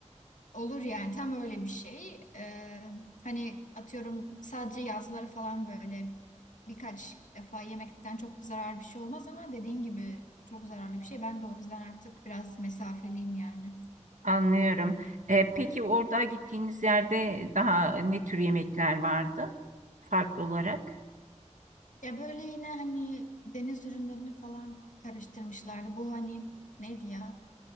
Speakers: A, on the left (about 85°); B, on the right (about 85°).
A: olur yani tam öyle bir şey. E, hani atıyorum sadece yazları falan böyle birkaç defa yemekten çok zararlı bir şey olmaz ama dediğin gibi çok zararlı bir şey. Ben de o yüzden artık biraz mesafeliyim yani.
B: Anlıyorum. Ee, peki orada gittiğiniz yerde daha ne tür yemekler vardı farklı olarak?
A: Ya böyle yine hani deniz ürünlerini falan karıştırmışlardı. Bu hani neydi ya?